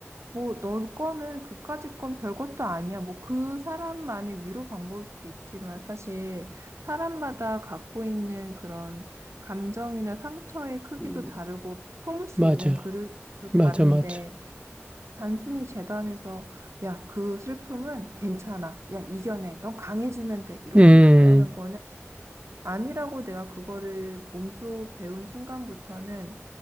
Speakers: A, on the right; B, on the right.
A: 뭐 너 거는 그까짓 건 별것도 아니야. 뭐 그 사람만의 위로 방법일 수도 있지만 사실 사람마다 갖고 있는 그런 감정이나 상처의 크기도
B: 음.
A: 다르고 품을 수
B: 맞아,
A: 있는 그릇도
B: 맞아,
A: 다른데
B: 맞아.
A: 단순히 재단에서 야, 그 슬픔은 괜찮아. 야, 이겨내. 넌 강해지면 돼. 이렇게
B: 음,
A: 얘기하는 거는 아니라고 내가 그거를 몸소 배운 순간부터는